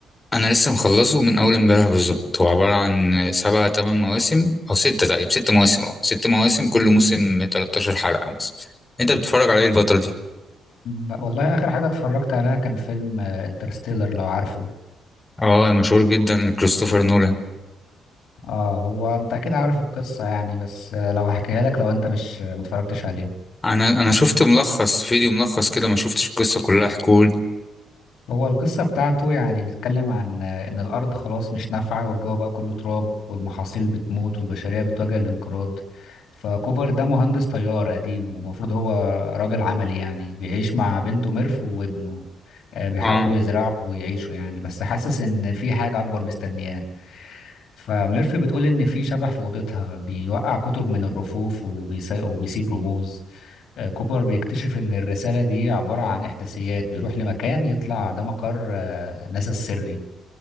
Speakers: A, on the left; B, on the left.
A: انا لسه مخلصه من اول امبارح بالظبط هو عباره عن سبع تمن مواسم او سته تقريبا ست مواسم اه ست مواسم كل موسم 13 حلقه مثلا انت بتتفرج على ايه الفتره دي
B: ب- والله اخر حاجه اتفرجت عليها كان فيلم انترستيلر لو عارفه
A: اه مشهور جدا كريستوفر نولان
B: اه هو انت اكيد عارف القصه يعني بس آه، لو هحكيها لك لو انت مش ما اتفرجتش عليه
A: انا انا شفت ملخص فيديو ملخص كده ما شفتش القصه كلها حكول
B: هو القصة بتاعته يعني بيتكلم عن آه، إن الأرض خلاص مش نافعة والجو بقى كله تراب والمحاصيل بتموت والبشرية بتواجه الانقراض فكوبر ده مهندس طيار قديم ومفروض هو راجل عملي يعني بيعيش مع بنته ميرف وابنه آه، بيحاولوا
A: اه
B: يزرعوا ويعيشوا يعني بس حاسس إن في حاجة أكبر مستنياه فميرف بتقول إن في شبح في أوضتها بيوقع كتب من الرفوف وبيس- وبيسيب رموز آه، كوبر بيكتشف إن الرسالة دي عبارة عن إحداثيات بيروح لمكان يطلع ده مقر آه، ناسا السري